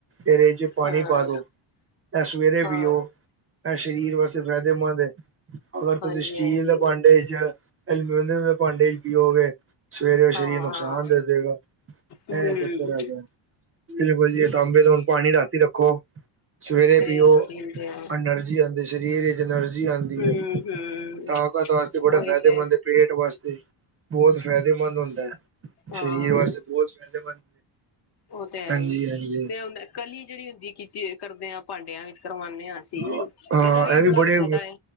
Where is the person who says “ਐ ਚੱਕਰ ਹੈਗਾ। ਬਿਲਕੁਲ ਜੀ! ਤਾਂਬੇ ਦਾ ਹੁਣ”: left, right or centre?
Right